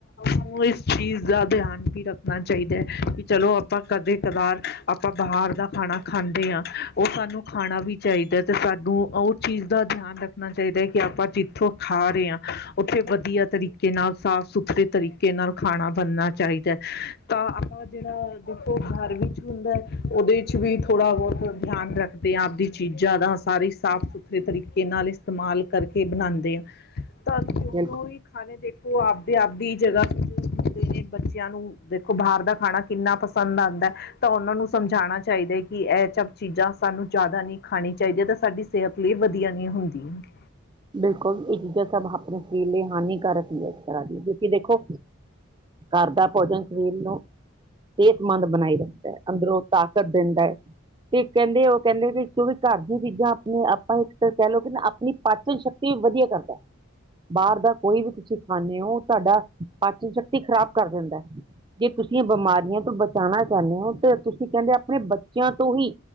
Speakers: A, on the left; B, on the right.
A: ਓ ਇਸ ਚੀਜ਼ ਦਾ ਦਿਆਨ ਵੀ ਰੱਖਣਾ ਚਾਈਦਾ ਐ ਵੀ ਚਲੋ ਆਪਾਂ ਕਦੇ ਕਦਾਰ ਆ ਆਪਾਂ ਬਾਹਰ ਦਾ ਖਾਣਾ ਖਾਂਦੇ ਆ ਓ ਸਾਨੂੰ ਖਾਣਾ ਵੀ ਚਾਈਦਾ ਤੇ ਸਾਨੂੰ ਓ ਚੀਜ਼ ਦਾ ਦਿਆਨ ਰੱਖਣਾ ਚਾਈਦਾ ਕਿ ਆਪਾਂ ਜਿੱਥੋਂ ਖਾ ਰਹੇ ਹਾਂ ਉੱਥੇ ਵਧੀਆ ਤਰੀਕੇ ਨਾਲ ਸਾਫ਼ ਸੁਥਰੇ ਵੱਖਰੇ ਤਰੀਕੇ ਨਾਲ ਖਾਣਾ ਬਣਨਾ ਚਾਈਦਾ ਤਾਂ ਆਪਾ ਜੇੜਾ ਦੇਖੋ ਗਰ ਵਿੱਚ ਹੁੰਦਾ ਓਦੇ ਚ ਵੀ ਥੋੜਾ ਬੌਤ ਦਿਆਨ ਰੱਖ ਤੇ ਆਪਦੀ ਚੀਜ਼ਾਂ ਦਾ ਸਾਰੇ ਸਾਫ਼ -ਸੁਥਰੇ ਤਰੀਕੇ ਨਾਲ ਇਸਤੇਮਾਲ ਕਰਕੇ ਬਣਾਂਦੇ ਆ। ਤਾਂ ਤੁਸੀਂ ਦੋਨੋ
B: ਬਿਲਕੁਲ
A: ਹੀ ਖਾਣੇ ਦੇਖੋ ਆਪਦੇ- ਆਪਦੀ ਜਗ੍ਹਾ ਤੇ ਕੇ ਬੱਚੇਆਂ ਨੂੰ ਦੇਖੋ ਬਾਹਰ ਦਾ ਖਾਣਾ ਕਿੰਨਾ ਪਸੰਦ ਆਂਦਾ ਤਾਂ ਉਹਨਾਂ ਨੂੰ ਸਮਝਾਣਾ ਚਾਈਦਾ ਐ ਕਿ ਏ ਸਭ ਚੀਜ਼ਾਂ ਸਾਨੂੰ ਜ਼ਾਦਾ ਨਈ ਖਾਣੀ ਚਾਈਦੀਆਂ ਤੇ ਸਾਡੀ ਸੇਹਤ ਲਈ ਵੱਧੀਆ ਨੀ ਹੁੰਦੀ-ਹੁੰਦੀ।
B: ਬਿਲਕੁਲ, ਏ ਚੀਜ਼ਾਂ ਸਭ ਆਪਣੇ ਸਰੀਰ ਲਈ ਹਾਨੀਕਾਰਕ ਹੀ ਇਸ ਤਰ੍ਹਾਂ ਦੀ ਕਿਉਂਕਿ ਦੇਖੋ ਘਰ ਦਾ ਭੋਜਨ ਸਰੀਰ ਨੂੰ ਸੇਤਮੰਦ ਬਣਾਈ ਰੱਖਦਾ ਐ। ਅੰਦਰੋਂ ਤਾਕਤ ਦਿੰਦਾ ਐ। ਤੇ ਕੇਂਦੇ ਓ ਕੇਂਦੇ ਕਿ ਜੋ ਵੀ ਘਰ ਦੀਆਂ ਚੀਜ਼ਾਂ ਆਪਣੇ ਆਪਾਂ ਇੱਕ ਕੈ ਲਓ ਕਿ ਨਾ ਆਪਣੀ ਪਾਚਨ ਸ਼ਕਤੀ ਵੱਧੀਆ ਕਰਦਾ, ਬਾਰ ਦਾ ਕੋਈ ਵੀ ਤੁਸੀਂ ਖਾਂਨੇ ਓ ਤਾਡਾ ਪਾਚਨ ਸ਼ਕਤੀ ਖ਼ਰਾਬ ਕਰ ਦਿੰਦਾ, ਜੇ ਤੁਸੀਂ ਬਿਮਾਰੀਆਂ ਤੋਂ ਬਚਾਣਾ ਚਾਂਦੇ ਹੋ ਤਾਂ ਤੁਸੀਂ ਕੇਂਦੇ ਆਪਣੇ ਬੱਚੇਆਂ ਤੋਂ ਹੀ,